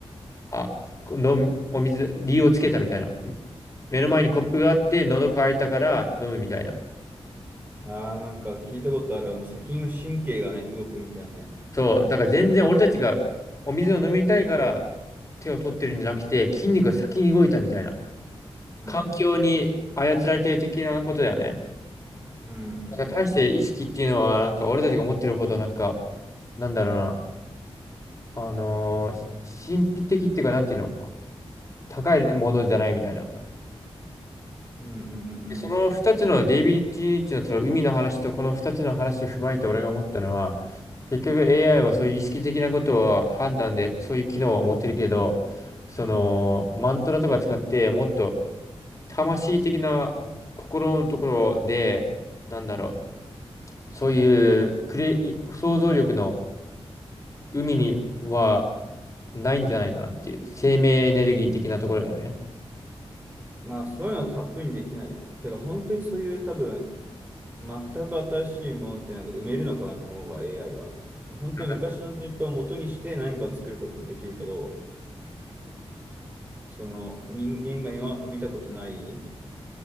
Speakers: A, on the left; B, on the right.
A: あ、このお水、理由をつけたみたいな。目の前にコップがあって、喉乾いたから飲むみたいな。
B: ああ、なんか聞いたことある。もう先の神経がね、動くみたいなね。
A: そう、だから全然俺たちがお水を飲みたいから手を取ってるんじゃなくて、筋肉が先に動いたみたいな。
B: うん、
A: 環境に操られてる的なことだよね。
B: うん、うん、う
A: だから大して意識っていうのは、
B: ん、
A: なんか俺たちが思ってるほど、なんか、なんだろうな、あのーし神秘的っていうか、なんていうの、高いものじゃないみたいな。
B: うん、うん、うん。
A: でその二つのデイビッド・リンチのその海の話とこの二つの話を踏まえて俺が思ったのは、結局 AI はそういう意識的なことを判断でそういう機能を持ってるけど、そのマントラとか使ってもっと魂的な心のところで、なんだろう、そういうクリエイ、想像力の海にはないんじゃないかなっていう、生命エネルギー的なところだよね。
B: まあ、そういうのはたっぷりにできないね。だから本当にそういう多分、全く新しいものってなんか埋めるのかなと思うわ、AI が。本当に昔のデータを元にして何か作ることできるけど、
A: なんか、
B: その人間が今まで見たことない